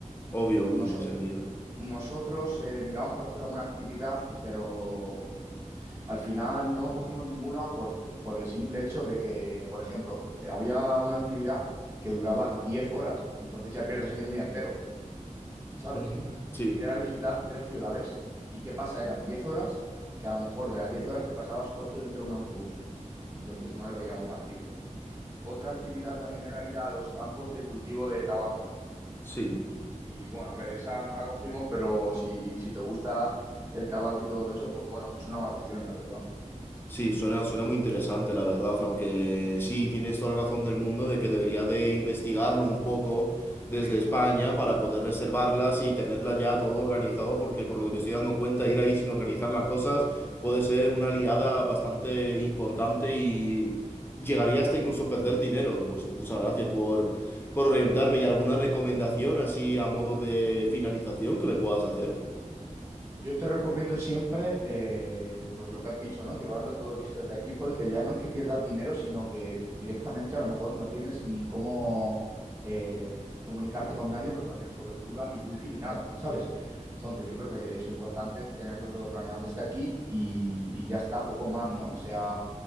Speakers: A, on the left (about 15°); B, on the right (about 20°).
A: Obvio, obvio,
B: Noso-
A: tiene sentido.
B: nosotros eh, miramos por hacer alguna actividad, pero al final no cogimos ninguna por, por el simple hecho de que, por ejemplo, había una actividad que duraba 10 horas, entonces ya pierdes ahí un día entero, ¿sabes?
A: Ujú, Sí,
B: Y era visitar tres ciudades y ¿qué pasa? Eran 10 horas, que a lo mejor de las 10 horas te pasabas 8 dentro de un autobús, entonces no lo veíamos factible. Otra actividad también era ir a los campos de cultivo de tabaco, ¿no?
A: sí.
B: Y bueno, a ver, esa no la cogimos, pero si, si te gusta el tabaco y todo eso, pues bueno, no es una mala opción, la verdad.
A: Sí, suena, suena muy interesante, la verdad, aunque sí, tienes toda la razón del mundo de que debería de investigarlo un poco desde
B: Sí.
A: España para poder reservarlas y tenerla ya todo organizado, porque por lo que me estoy dando cuenta, ir ahí sin organizar las cosas puede ser una liada bastante importante y llegaría hasta incluso perder dinero. Pues muchas gracias por, por orientarme y alguna recomendación así a modo de finalización que me puedas hacer.
B: Yo te recomiendo siempre, eh, pues lo que has dicho, ¿no? Llevarlo todo visto desde aquí porque ya no es que pierdas dinero, sino que directamente a lo mejor no tienes ni cómo eh, comunicarte con nadie porque no tienes cobertura, ni wifi, ni nada, ¿sabes? Entonces yo creo que es importante tenerlo todo planeado desde aquí y, y ya está, poco más, ¿no? O sea,